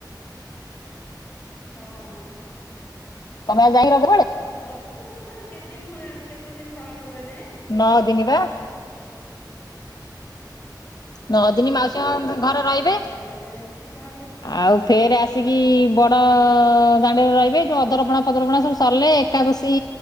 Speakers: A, on the left; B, on the left.
A: ହଁ।
B: ତମେ ଆଉ ଯାଇନ ଘରଆଡେ?
A: ରଥଯାତ୍ରା କେତେ ଦିନ ଖଣ୍ଡେ କେତେ ଦିନ ପାଳନ କରାଯାଏ?
B: ନଅ ଦିନି ବା। ନଅ ଦିନି ମାଉସୀ ମା ମନ୍ଦିର
A: ନଅ
B: ଘରେ
A: ଦିନ
B: ରହିବେ
A: ପାଳନ କରାଯାଏ ମାଉସୀ
B: ଆଉ ଫେରେ ଆସିକି ବଡ
A: ଆଜ୍ଞା
B: ଡ଼ ଦାଣ୍ଡରେ ରହିବେ ଯୋଉ ଅଧରପଣା ଫଧରପଣା ସବୁ ସରିଲେ ଏକାଦଶୀ